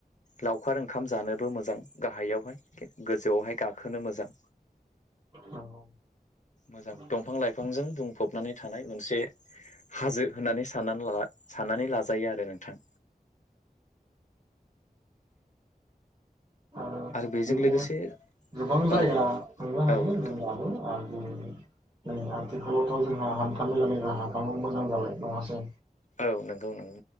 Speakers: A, on the left; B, on the right.
A: लावखार ओंखाम जानोबो मोजां गाहायावहाय गोजौआवहाय गाखोनो मोजां
B: नंगौ
A: मोजां
B: नंगौ
A: दंफां लाइफांजों बुंफब नानै थानाय मोनसे हाजो होननानै साननानै साननानै लाजायो आरो नोंथां
B: आरो
A: बेजों
B: बिदिनो
A: लोगोसे
B: गोबां जाया
A: औ
B: थांनो हायो
A: औ नोंथां
B: होनब्लाबो आरो नै आथिखालावथ' जोंहा हान्था मेलानि राहाफ्राबो मोजां जाबाय नङासै
A: औ नंगौ नंगौ